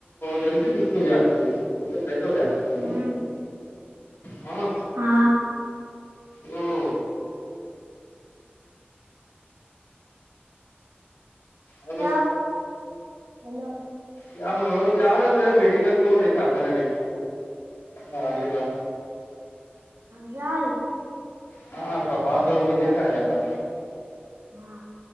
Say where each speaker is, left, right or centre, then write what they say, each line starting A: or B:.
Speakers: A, on the left; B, on the right.
A: जल्दी गुस्ती हो द ते पहिले हो जी
B: हम्म,
A: हो ना हम
B: हाँ
A: हो हेलो
B: क हॅलो
A: या याार मेडिकल तोलेक आताना रे ह
B: झाार
A: हा तपाासर व लक आयाता
B: हा